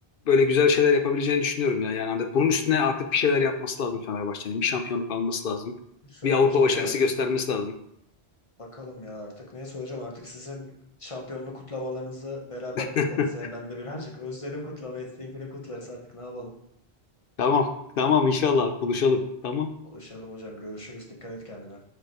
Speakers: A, on the left; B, on the left.
A: böyle güzel şeyler yapabileceğini düşünüyorum ya yani hani bunun üstüne artık bir şeyler yapması lazım Fenerbahçe'nin bir şampiyonluk alması lazım
B: Şöyle
A: bir Avrupa
B: hocam
A: başarısı
B: ya
A: göstermesi lazım.
B: Bakalım ya artık. Neyse hocam artık sizin şampiyonluk kutlamalarınızı beraber
A: <laughs>
B: kutlarız ya. Ben de birazcık özledim kutlamayı. Sizinkini kutlarız artık ne yapalım.
A: Tamam tamam inşallah buluşalım tamam.
B: Buluşalım hocam. Görüşürüz. Dikkat et kendine.